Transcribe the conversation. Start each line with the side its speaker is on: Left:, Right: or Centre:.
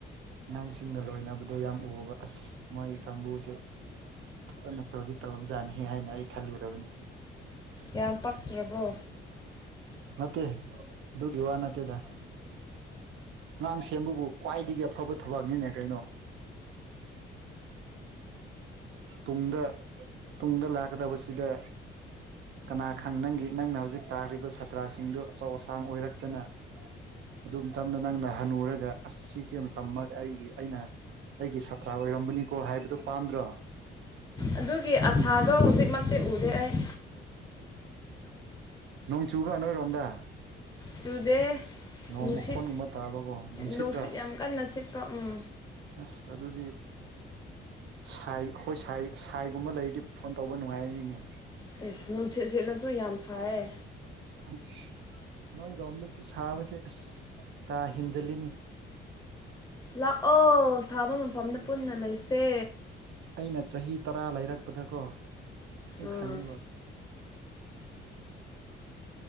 Right: ꯑꯉꯥꯡꯁꯤꯡꯒ ꯂꯣꯏꯅꯕꯗꯣ ꯌꯥꯝ ꯎꯕ ꯑꯁ ꯃꯣꯏ ꯀꯥꯡꯕꯨꯁꯦ ꯑꯗꯨꯅ ꯇꯧꯗꯤ ꯇꯧ ꯖꯥꯠꯅꯤ ꯍꯥꯏꯅ ꯑꯩ ꯈꯜꯂꯨꯔꯕꯅꯤ
Left: ꯌꯥꯝ ꯄꯛꯇ꯭ꯔꯕꯣ
Right: ꯅꯠꯇꯦ ꯑꯗꯨꯗꯨꯒꯤ ꯋꯥ ꯅꯠꯇꯦꯗ ꯑꯉꯥꯡ ꯁꯦꯝꯕꯕꯨ ꯈ꯭ꯋꯥꯏꯗꯒꯤ ꯑꯐꯕ ꯊꯕꯛꯅꯤꯅꯦ ꯀꯩꯅꯣ ꯇꯨꯡꯗ ꯇꯨꯡꯗ ꯂꯥꯛꯀꯗꯕꯁꯤꯗ ꯀꯅꯥ ꯈꯪ ꯅꯪꯒꯤ ꯅꯪꯅ ꯍꯧꯖꯤꯛ ꯇꯥꯂꯤꯔꯤꯕ ꯁꯥꯇ꯭ꯔꯥꯁꯤꯡꯗꯨ ꯑꯆꯧ ꯑꯁꯥꯡ ꯑꯣꯏꯔꯛꯇꯅ ꯑꯗꯨ ꯃꯇꯝꯗ ꯅꯪꯅ ꯍꯟꯅꯨꯔꯒ ꯑꯁ ꯁꯤꯁꯦ ꯑꯃ ꯇꯝꯃꯒ ꯑꯩꯒꯤ ꯑꯩꯅ ꯑꯩꯒꯤ ꯁꯥꯇ꯭ꯔ ꯑꯣꯏꯔꯝꯕꯅꯤꯀꯣ ꯍꯥꯏꯕꯗꯨꯣ ꯄꯥꯝꯗ꯭ꯔꯣ
Left: ꯑꯗꯨꯒꯤ ꯑꯁꯥꯗꯣ ꯍꯧꯖꯤꯛꯃꯛꯇꯤ ꯎꯗꯦ ꯑꯩ
Right: ꯅꯣꯡ ꯆꯨꯒ꯭ꯔ ꯅꯣꯏꯔꯣꯝꯗ
Left: ꯆꯨꯗ
Right: ꯅꯣꯡ
Left: ꯅꯨꯡꯁꯤꯠ
Right: ꯃꯈꯣꯟꯒꯨꯝꯕ ꯇꯥꯕꯀꯣ ꯅꯨꯡꯁꯤꯠꯇ꯭ꯔꯥ
Left: ꯅꯨꯡꯁꯤꯠ ꯌꯥꯝ ꯀꯟꯅ ꯁꯤꯠꯄ ꯎꯝ
Right: ꯑꯁ ꯑꯗꯨ ꯑꯗꯨꯗꯤ ꯁꯥꯏ ꯍꯣꯏ ꯁꯥꯏ ꯁꯥꯏꯒꯨꯝꯕ ꯂꯩꯔꯤꯗꯤ ꯐꯣꯟ ꯇꯧꯕ ꯅꯨꯡꯉꯥꯏꯔꯅꯤꯅꯦ
Left: ꯑꯦꯁ ꯅꯨꯡꯁꯤꯠ ꯁꯤꯠꯂꯁꯨ ꯌꯥꯝ ꯁꯥꯏꯌꯦ
Right: ꯑꯁ ꯅꯣꯏꯔꯣꯝꯗꯁꯨ ꯁꯥꯕꯁꯦ ꯑꯁ ꯇꯥ ꯍꯦꯟꯖꯤꯜꯂꯤꯅꯤ
Left: ꯂꯥꯛꯑꯣ ꯁꯥꯕ ꯃꯐꯝꯗ ꯄꯨꯟꯅ ꯂꯩꯁꯦ
Right: ꯑꯩꯅ ꯆꯍꯤ ꯇꯔꯥ ꯂꯩꯔꯛꯄꯗꯀꯣ ꯂꯣꯏ
Left: ꯎꯝ
Right: ꯈꯪꯉꯤꯕ